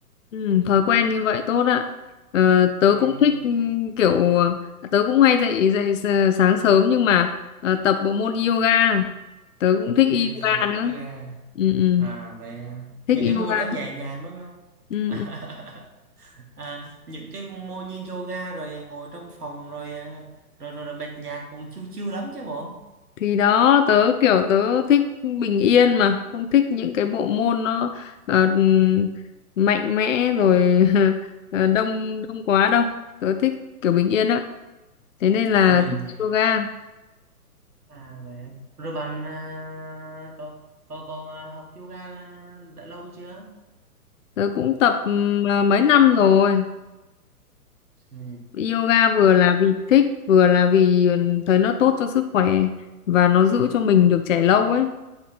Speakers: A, on the left; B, on the right.
A: ừ, thói quen như vậy tốt ạ. Ờ, tớ
B: ừ,
A: cũng
B: ừ,
A: thích ừ,
B: ừ.
A: kiểu ờ, tớ cũng hay dậy dậy s- sáng sớm nhưng mà ờ, tập bộ môn yoga. Tớ cũng thích
B: Ừ,
A: yoga
B: Ai Cập
A: nữa.
B: chú Ba
A: Ừ, ừ,
B: à vậy à.
A: thích
B: những
A: yoga.
B: cái môn đó nhẹ nhàng đúng không
A: Ừ.
B: <laughs>
A: ừ.
B: à, những cái môn như yoga rồi à, ngồi trong phòng rồi à, rồi rồi, rồi bật nhạc cũng chill chill lắm chứ bộ
A: thì đó tớ kiểu tớ thích bình yên mà không thích những cái bộ môn nó ờ, mạnh mẽ rồi <laughs> ờ, đông đông quá đâu tớ thích kiểu bình yên á thế nên là
B: mình
A: thích yoga
B: à vậy à. rồi bạn à, có có có à, học yoga đã lâu chưa
A: tớ cũng tập ừm, à, mấy năm rồi
B: ừ.
A: yoga vừa là vì thích vừa là vì ừ, thấy nó tốt cho sức khỏe và nó giữ cho mình được trẻ lâu ấy